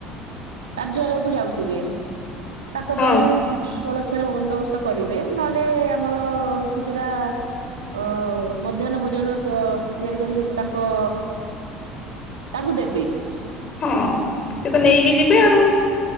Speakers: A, on the right (about 75°); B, on the left (about 35°).
A: କାର୍ଯ୍ୟାଳୟକୁ ଯାଉଥିବେ ତାଙ୍କ
B: ହଁ
A: ପାଇଁ କିଛି ଜଳଖିଆର ବନ୍ଦୋବସ୍ତ କରିବେ, ନହେଲେ ଆମର କିଛିଟା ଓ ମଧ୍ୟାହ୍ନ ଭୋଜନର ତିଆରି କରିକି ତାଙ୍କ ତାଙ୍କୁ ଦେବେ। <inaudible>
B: ହଁ ସେ ତ ନେଇକି ଯିବେ ଆଉ।